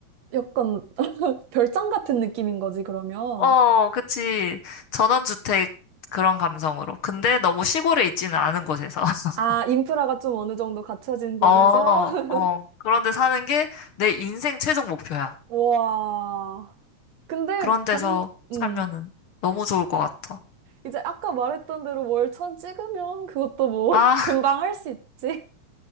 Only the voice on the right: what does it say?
약간 <laughs> 별장 같은 느낌인 거지, 그러면.
아, 인프라가 좀 어느 정도 갖춰진 곳에서.
<laughs>
와. 근데
돈, 응.
이제 아까 말했던 대로 월천 찍으면 그것도 뭐
<laughs>
금방 할 수 있지.